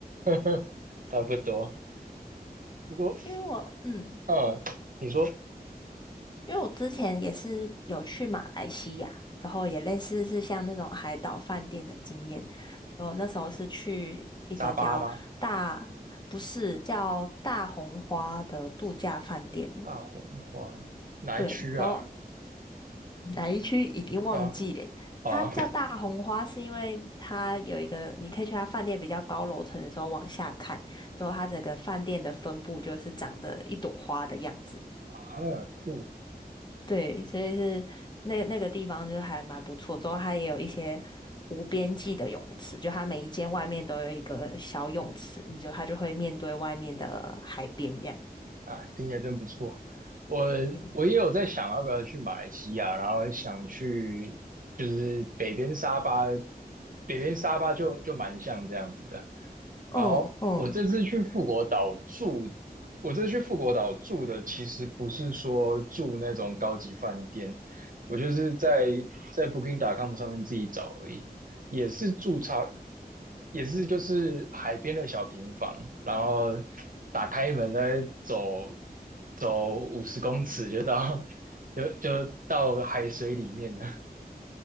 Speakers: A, on the right; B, on the left.
A: <laughs> 差不多。不过，
B: 因为我嗯。
A: 嗯，你说
B: 因为我之前也是有去马来西亚，然后也类似是像那种海岛饭店的经验。就那时候是去一个叫大，
A: 沙巴吗？
B: 不是叫大红花的度假饭店，
A: 大红花哪一区啊？
B: 对，然后哪一区已经忘记了。
A: 是吧？啊，
B: 它叫大红花，是因为它有一个，你可以去它饭店比较高楼层的时候往下看，之后它整个饭店的分布就是长得一朵花的样子。
A: 啊，库
B: 对，所以是那那个地方就是还蛮不错。之后它也有一些无边际的泳池，就它每一间外面都有一个小泳池，你就它就会面对外面的海边这样。
A: 啊，听起来真不错。我我也有在想要不要去马来西亚，
B: 嗯
A: 然后想去就是北边沙巴，北边沙巴就就蛮像这样子的。
B: 嗯嗯，
A: 好，我这次去富国岛住，我这次去富国岛住的其实不是说住那种高级饭店，我就是在在 Booking.com 上面自己找而已，也是住超，也是就是海边的小平房，然后打开门再走走五十公尺就到 <laughs> 就就到海水里面了。<laughs>